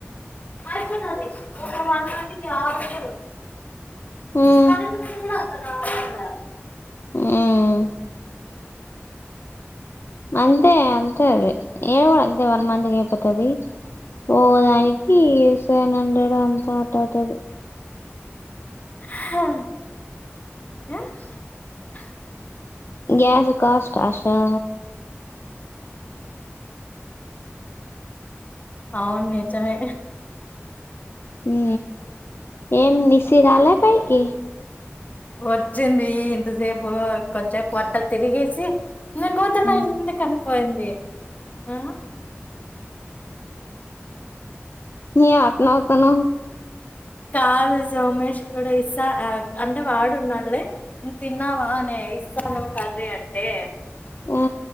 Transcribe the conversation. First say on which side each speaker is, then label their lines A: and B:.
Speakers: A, on the left; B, on the left.
A: ఐపోతది ఒక వన్ మంత్ కి ఆరు వందలు
B: మ్మ్
A: కరెంట్ బిల్ కూడ అంత కావడంలే
B: మ్మ్ అంతే అంతే అది ఏ కూడ అంతే వన్ మంతయి పోతది ఒ దానికి సెవెన్ హండ్రెడ్ అంత అట్ట అవుతది
A: హ
B: గ్యాసు కాస్ట్ ఆషా
A: అవును నిజమే
B: ఉ ఏం నిశి రాలే పైకి
A: వచ్చింది ఇంతసేపు కొంచేపు పొట్ట తిరిగేసి నా గౌతమ
B: మ్మ్
A: ఎందుకని పోయింది ఆ
B: నీ అట్ నవుతోనవ్
A: కాదు సోమేష్ కూడ ఇసా అంటే వాడున్నాడు లే నువ్ తిన్నావానే ఇసాను కర్రీ అంటే
B: వా